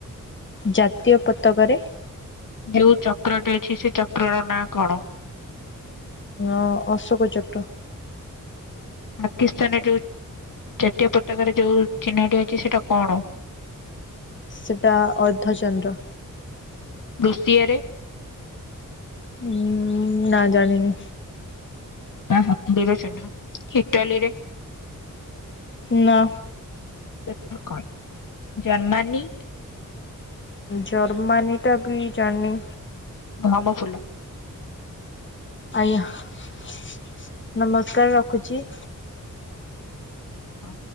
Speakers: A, on the left; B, on the left.
A: ଜାତୀୟ ପତକାରେ
B: ଯୋଉ ଚକ୍ରଟି ଅଛି ସେ ଚକ୍ର ର ନାଁ କଣ?
A: ଅ ଅଶୋକ ଚକ୍ର।
B: ପାକିସ୍ତାନରେ ଯୋଉ ଜାତୀୟ ପତାକାରେ ଯୋଉ ଚିହ୍ନଟି ଅଛି ସେଇଟା କଣ?
A: ସେଇଟା ଅର୍ଦ୍ଧଚନ୍ଦ୍ର।
B: ଋଷିଆରେ?
A: ଉଁ ନା ଜାଣିନି।
B: ତା ହାତୁଡିର ସେଠା, ଇଟାଲୀରେ?
A: ନା।
B: <unintelligible> ଜର୍ମାନୀ?
A: ଜର୍ମାନୀଟା ବି ଜାଣନି।
B: ଗହମ ଫୁଲ।
A: ଆଜ୍ଞା ନମସ୍କାର ରଖୁଛି।
B: ହଁ।